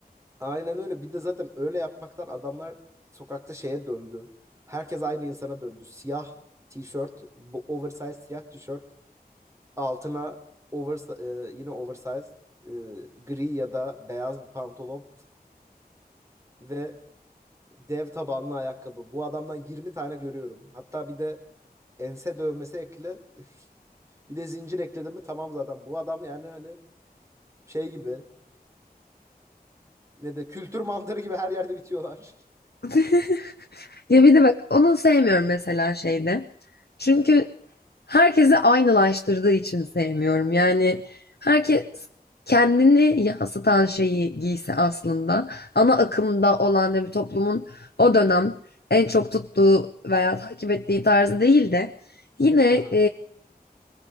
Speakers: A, on the right; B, on the left.
A: Aynen öyle. Bir de zaten öyle yapmaktan adamlar sokakta şeye döndü. Herkes aynı insana döndü. Siyah tişört, bu oversize siyah tişört Altına over, e, yine oversize e, gri ya da beyaz bir pantolon ve dev tabanlı ayakkabı. Bu adamdan 20 tane görüyorum. Hatta bir de ense dövmesi ekle. Bir de zincir ekledim mi tamam zaten. Bu adam yani hani şey gibi ne de kültür mantarı gibi her yerde bitiyorlar.
B: <laughs> Ya bir de bak onu sevmiyorum mesela şeyde. Çünkü herkesi aynılaştırdığı için sevmiyorum. Yani herkes kendini yansıtan şeyi giyse aslında ana akımda olan da bir toplumun o dönem en çok tuttuğu veya takip ettiği tarzı değil de yine
A: <laughs> Aha.